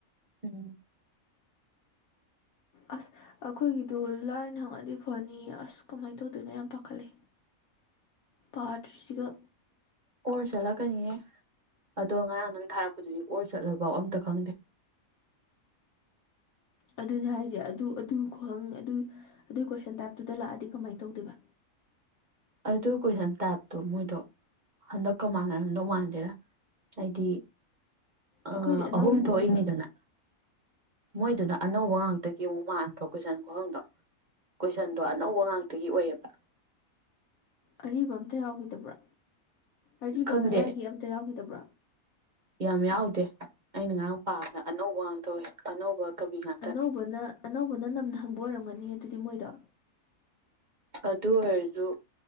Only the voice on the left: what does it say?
ꯑꯁ ꯑꯩꯈꯣꯏꯒꯤꯗꯨ ꯂꯥꯏꯅ ꯍꯪꯉꯗꯤ ꯐꯅꯤ ꯑꯁ ꯀꯃꯥꯏꯅ ꯇꯧꯗꯣꯏꯅꯣ ꯌꯥꯝ ꯄꯥꯈꯠꯂꯦ ꯄꯥꯗꯔ꯭ꯤꯁꯤꯒ
ꯑꯗꯨꯅꯦ ꯍꯥꯏꯁꯦ ꯑꯗꯨ ꯑꯗꯨ ꯈꯨꯍꯪ ꯑꯗꯨ ꯑꯗꯨꯏ ꯀꯣꯏꯁꯟ ꯇꯥꯏꯞꯇꯨꯗ ꯂꯥꯛꯑꯗꯤ ꯀꯃꯥꯏꯅ ꯇꯧꯗꯣꯏꯕ
ꯑꯩꯈꯣꯏꯗꯤ ꯑꯅꯧꯕ
ꯑꯣꯏꯕ꯭ꯔꯥ
ꯑꯔꯤꯕ ꯑꯝꯇ ꯌꯥꯎꯈꯤꯗꯕ꯭ꯔꯥ ꯑꯔꯤꯕ
ꯃꯌꯥꯏꯒꯤ ꯑꯝꯇ ꯌꯥꯎꯈꯤꯗꯕ꯭ꯔꯥ
ꯑꯅꯧꯕꯅ ꯑꯅꯧꯕꯅ ꯅꯝꯅ ꯍꯪꯕ ꯑꯣꯏꯔꯝꯒꯅꯤ ꯑꯗꯨꯗꯤ ꯃꯣꯏꯗꯣ